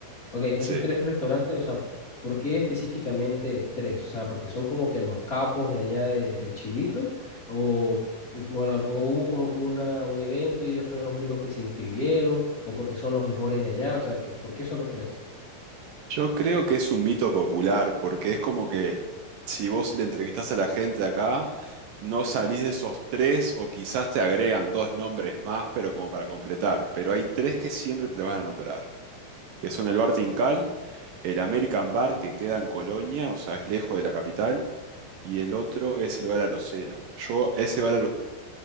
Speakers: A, on the left; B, on the right.
A: Ok, esos
B: sí.
A: tres restaurantes, o sea, ¿por qué específicamente tres? O sea, porque son como que los capos de allá de, del Chivito, o, o la- o hubo como que una, un evento y ellos fueron los únicos que se inscribieron, o porque son los mejores de allá, o sea, que, ¿por qué solo tres?
B: Yo creo que es un mito popular, porque es como que si vos le entrevistás a la gente de acá, no salís de esos tres o quizás te agregan dos nombres más, pero como para completar. Pero hay tres que siempre te lo van a nombrar, que son el Bar Tincal, el American Bar que queda en Colonia, o sea, es lejos de la capital, y el otro es el Bar Arocena. Yo ese Bar